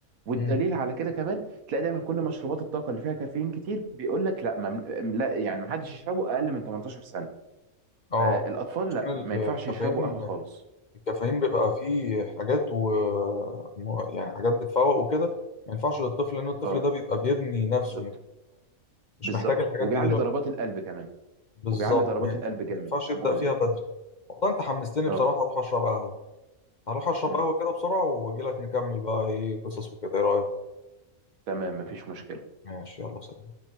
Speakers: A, on the right; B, on the left.
A: والدليل
B: مم.
A: على كده كمان تلاقي دايما كل مشروبات الطاقة اللي فيها كافيين كتير بيقول لك لا ممن... لا يعني ما حدش يشربه اقل من 18 سنة
B: اه
A: فالاطفال لا
B: ال-
A: ما ينفعش
B: الكافيين
A: يشربوا قهوة خالص
B: الكافيين بيبقى فيه حاجات و م- يعني حاجات بتفوق وكده ما ينفعش للطفل لان الطفل
A: اه
B: ده بيبقى بيبني نفسه
A: بالظبط
B: مش مش
A: بالظبط
B: محتاج الحاجات
A: وبيعلي
B: دي دلوقتي
A: ضربات القلب كمان
B: بالظبط
A: وبيعلي ضربات
B: ما يعني
A: القلب جامد
B: ما ينفعش
A: فمؤذي
B: يبدأ فيها بدري والله انت حمستني
A: اه
B: بصراحة اروح اشرب قهوة هروح اشرب
A: مم.
B: قهوة كده بسرعة واجي لك نكمل بقى ايه قصص وكده ايه رأيك
A: تمام مفيش مشكلة
B: ماشي يلا سلام